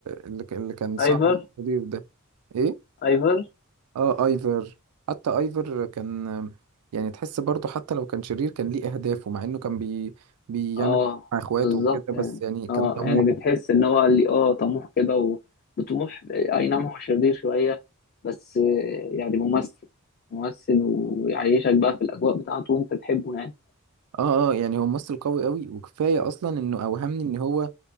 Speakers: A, on the right; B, on the left.
A: اللي ك- اللي كان صاحب
B: ايفر
A: الضيف ده إيه؟
B: ايفر
A: اه ايفر حتى ايفر كان يعني تحس برضه حتى لو كان شرير كان ليه اهدافه مع انه كان بي بيعمل
B: اه
A: مع اخواته
B: بالظبط
A: وكده بس
B: يعني
A: يعني كان
B: اه
A: طموح
B: يعني بتحس ان هو قال لي اه طموح كده و- وطموح اي نعم هو شرير شويه بس آه، يعني ممثل ممثل ويعيشك بقى في الاجواء بتاعته وانت تحبه يعني
A: اه اه يعني هو ممثل قوي قوي وكفايه اصلا انه اوهمني ان هو